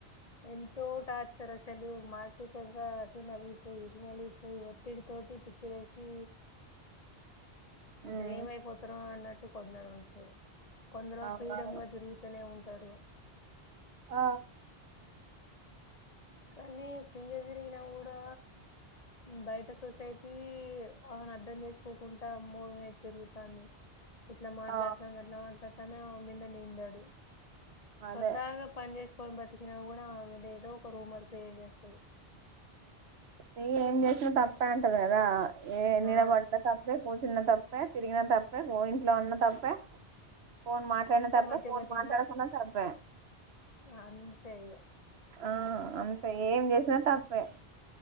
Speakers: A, on the left (about 40°); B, on the right (about 80°).
A: ఎంతో టార్చరసలు మాన్ సిక్ కంగా అటు నలిగిపోయి ఇటు నలిగిపోయి ఒత్తిడి తోటి పుచ్చలేసి
B: ఉమ్
A: అసలు ఏమైపోతారు అన్నట్టు కొందరు ఉంట్రు కొందరు
B: అవునవును
A: ఫ్రీడమ్ గా తిరుగుతనే ఉంటారు
B: ఆ
A: కానీ ఫిగా తిరిగినా కూడా బయట సొస సేకి ఆమెను అర్ధం చేసుకోకుండా అమ్మో ఈమే తిరుగుతాంది ఇట్లా మాట్లాడతాంది
B: ఆ
A: అట్లా మాట్లాడతాంది అని ఆమే మీద నిందడు
B: అదే
A: సొద్దాగా పని జేసుకోని బతకిన గూడా ఆమెదేదో ఓ రూమర్ క్రియేట్ జేస్తరు
B: నీ ఏం జేసినా తప్పే అంటరు గదా ఏ నిలబడిన
A: ఆ
B: తప్పే కూర్ కూర్చున్నా తప్పే తిరిగిన తప్పే ఇంట్లో ఉన్న తప్పే ఫోన్ మాట్లాన్న
A: ఎంత
B: తప్పే
A: మంచిగా
B: ఫోన్
A: బతికినా
B: మాట్లాడకున్న తప్పే
A: అంతే ఇగ
B: ఆ అంతే ఏం జేసినా తప్పే